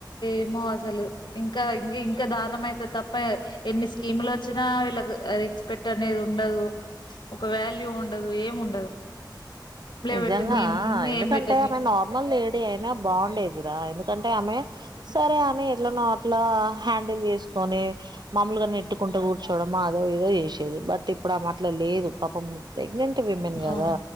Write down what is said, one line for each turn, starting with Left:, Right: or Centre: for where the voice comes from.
Left: ఏమో అసలు, ఇంకా ఇంది ఇంకా దారుణం అయితది తప్పా, ఎన్ని స్కీములొచ్చినా వీళ్ళకు అ రెస్పెక్ట్ అనేది ఉండదూ. ఒక వాల్యూ ఉండ్ డదూ. ఏమ్ ఉండదు.
Right: నిజంగా,
Left: పెట్టని ఎన్ని
Right: ఎందుకంటే
Left: ఏం పెట్టని
Right: ఆమె నార్మల్ లేడీ అయినా బాగుండేదిరా ఎందుకంట్ టే, ఆమె సరే అని ఎట్లనో అట్లా హ్యాండిల్ చేసుకొనీ, మాములుగా నెట్టుకుంటూ కూర్చోడమా అదో ఇదో చేశేది. బట్, ఇప్పుడు ఆమె అట్ల లేదు పాపం ప్రెగ్నెంట్ విమెన్ గదా.
Left: ఆ